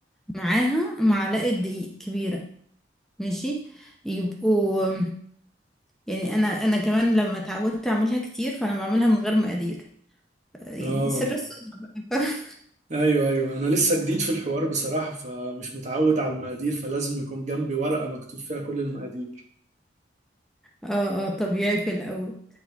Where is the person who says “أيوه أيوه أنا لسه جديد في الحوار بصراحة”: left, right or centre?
Right